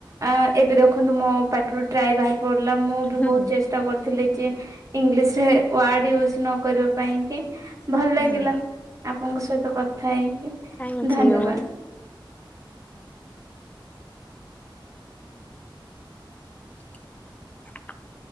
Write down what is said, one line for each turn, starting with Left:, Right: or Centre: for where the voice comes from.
Right: ଆ ଏବେ ଦେଖନ୍ତୁ ମୋ ପାଟିରୁ ଟ୍ରାଏ ବାହାରି ପଡିଲା ମୁଁ ବି
Left: ହୁଁ
Right: ବହୁତ ଚେଷ୍ଟା କରିଥିଲି ଯେ ଇଂଲିଶ ରେ ୱାର୍ଡ ୟୁଜ ନ କରିବା ପାଇଁ କି ଭଲ
Left: ହୁଁ
Right: ଲାଗିଲା ଆପଣଙ୍କ ସହିତ କଥା ହେଇକି
Left: ଥ୍ୟାଙ୍କୟୁ।
Right: ଧନ୍ୟବାଦ।
Left: <inaudible>